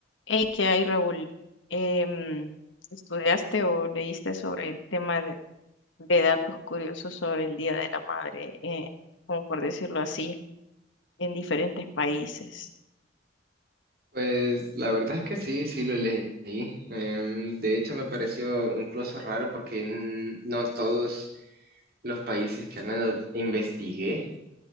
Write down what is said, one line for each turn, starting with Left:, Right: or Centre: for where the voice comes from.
Left: Hey, ¿qué hay, Raúl? Em, ¿estudiaste o leíste sobre el tema de, de datos curiosos sobre el Día de la Madre, eh, como por decirlo así, en diferentes países?
Right: Pues la verdad es que sí, sí lo leí. Em, de hecho, me pareció incluso raro porque mm, no todos los países que al menos investigué